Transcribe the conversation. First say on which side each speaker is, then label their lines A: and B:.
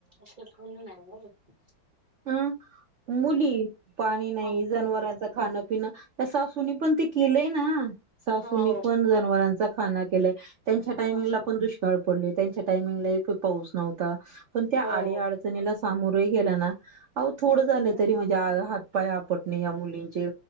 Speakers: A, on the right; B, on the right.
A: अस कुणी नाय ग <unintelligible>
B: अं मुली पाणी नाही
A: हा
B: जनावरांच खाणं पिण त्या सासूने पण ते केलंय ना सासूनी
A: हो
B: पण जनावरांचा खाना केलाय त्यांच्या टायमिंगला
A: हं.
B: पण दुष्काळ पडले. त्यांच्या टाइमिंगला एक पाऊस नव्हता पण त्या
A: हो
B: आडी अडचणीला सामोरही गेला ना. अह थोडं झालं
A: हं,
B: तरी म्हणजे हातपाय आपटणे या मुलींचे